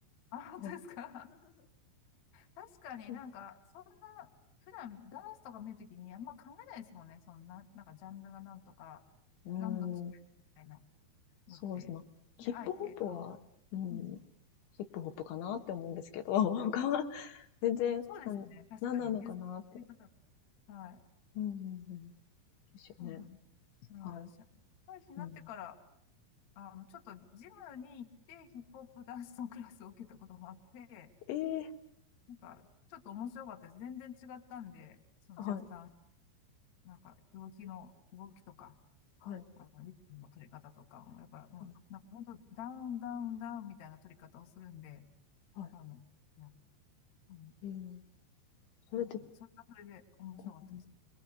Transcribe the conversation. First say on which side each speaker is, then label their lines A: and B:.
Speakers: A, on the left (about 50°); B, on the left (about 80°).
A: あ、本当ですか
B: あ、
A: 確かになんか、
B: そう。
A: そんな、普段ダンスとか見るときにあんま考えないですもんね。そんな、なんかジャンルがなんとか、
B: うー
A: 何の違いみたいな
B: ん、そうですね。
A: のって、
B: まあ、ヒップホップは、
A: ね、あえて考
B: うん、
A: え、うん。
B: ヒップホップかなって思うんですけど、<laughs> 他は全然、
A: そうですね。
B: なん、
A: 確かに。
B: なんなのかなって。
A: 水の方。はい。
B: うん、うん、うん。ですよね。
A: そうなんです。はい。
B: はい。
A: 社会人になってから、
B: うん、
A: あの、ちょっとジムに行ってヒップホップダンスのクラスを受けたこともあって、
B: ええ
A: なんか、ちょっと面白かったです。全然違ったんで、そのジャズダンス、
B: はい、
A: なんか、動きの、動きとか、
B: はい、
A: まあの、リップの取り方とかも、やっぱ、もう、
B: はい、
A: なんか本当、ダウン、ダウン、ダウンみたいな取り方をするんで、
B: はい。
A: あの、まあうん、
B: うん、それって、
A: なんか、それはそれで面白かったです。
B: うん